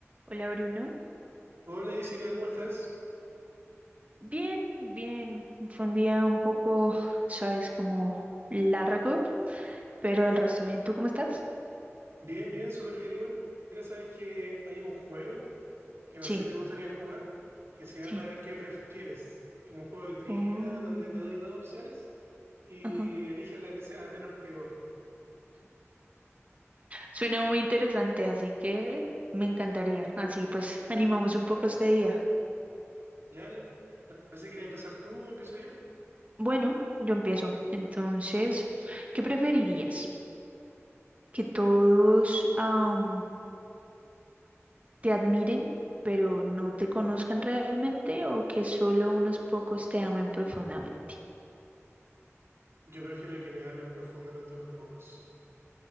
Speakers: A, on the right; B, on the right.
A: Hola Bruno.
B: Hola Jessica, ¿cómo estás?
A: Bien, bien. Fue un día un poco, sabes, como largo, pero el resto bien. ¿Tú cómo estás?
B: Bien, bien, súper bien igual. Mira, sabes que hay un juego que no
A: Sí,
B: sé si te gustaría jugar, que se llama
A: sí.
B: ¿Qué prefieres? Que es un juego de trivia
A: Oh,
B: donde te doy dos opciones y
A: ajá.
B: eliges la que sea menos peor.
A: Suena muy interesante, así que me encantaría. Así pues, animamos un poco este día.
B: ¿Ya? Ale? No sé si quieres empezar tú o empiezo yo.
A: Bueno, yo empiezo. Entonces, ¿qué preferirías? ¿Que todos am, te admiren, pero no te conozcan realmente, o que solo unos pocos te amen profundamente?
B: Yo prefiero que me amen profundamente unos pocos.